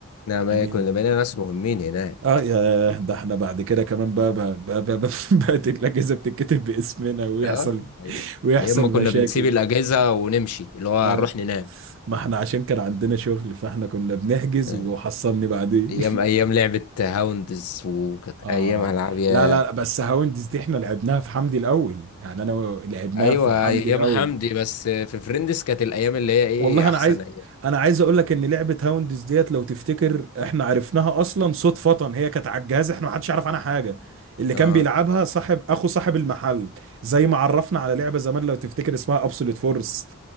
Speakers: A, on the left; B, on the right.
A: بقى
B: يعني
A: كنا بقينا ناس مهمين هناك
B: اه يا ده احنا بعد كده كمان بقى بقى بقى, بقى, بقى, <laughs> بقى الأجهزة بتتكتب باسمنا ويحصل
A: اه أي-
B: ويحصل
A: ايام ما كنا
B: مشاكل
A: بنسيب الاجهزه ونمشي اللي هو
B: اه
A: هنروح ننام
B: ما احنا عشان كان عندنا شغل فاحنا كنا بنحجز
A: آه.
B: وحصلني بعدين
A: ايام ايام لعبه هاوندز وكانت
B: اه
A: ايام العاب يا
B: لا لا بس هاوندز دي احنا لعبناها في حمدي الاول يعني انا و- لعبناها
A: ايوه
B: في حمدي
A: ايام
B: الاول
A: حمدي بس في فريندز كانت الايام اللي هي ايه
B: والله انا
A: احسن
B: عايز
A: ايام
B: انا عايز اقول لك ان لعبه هاوندز ديت لو تفتكر احنا عرفناها اصلا صدفه هي كانت على الجهاز احنا ما حدش يعرف عنها حاجه اللي كان
A: اه
B: بيلعبها صاحب اخو صاحب المحل زي ما عرفنا على لعبه زمان لو تفتكر اسمها ابسولوت فورس